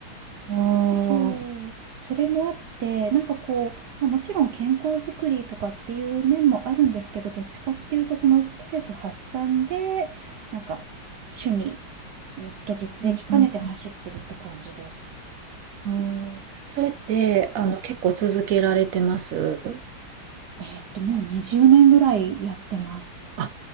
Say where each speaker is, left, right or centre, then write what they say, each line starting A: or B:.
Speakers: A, on the right (about 85°); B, on the right (about 65°).
A: ああー
B: そう、それもあって、なんかこう、まあ、もちろん健康づくりとかっていう面もあるんですけど、どっちかっていうと、そのストレス発散で、なんか趣味と実益兼ねて走ってるって感じです。
A: うんうんうんうんそれって、あの、結構続けられてます
B: えーっと、もう20年ぐらいやってます。
A: あ、